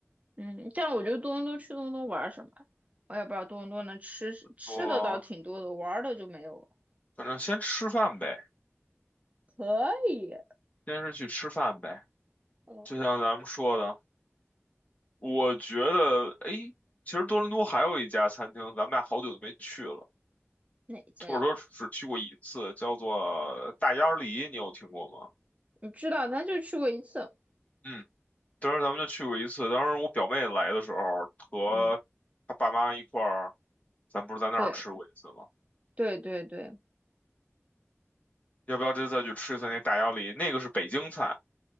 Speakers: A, on the right (about 30°); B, on the left (about 30°).
A: 嗯，但我觉得多伦多去多伦多玩什么呀我也不知道多伦多能吃吃的倒挺多的，
B: 我
A: 玩儿的就没有了。
B: 反正先吃饭呗，
A: 可以，
B: 先是去吃饭呗。
A: 哦，
B: 就像咱们说的，我觉得，哎，其实多伦多还有一家餐厅，咱们俩好久都没去了，
A: 哪家有？
B: 或者说只去过一次，叫做大鸭梨，你有听过吗？
A: 你知道，咱就去过一次。
B: 嗯。当时咱们就去过一次，当时我表妹来的时候和她爸妈一块儿，
A: 嗯，
B: 咱不是在那儿吃过一次吗？
A: 对对对对，
B: 要不要这次再去吃一次那大鸭梨？那个是北京菜。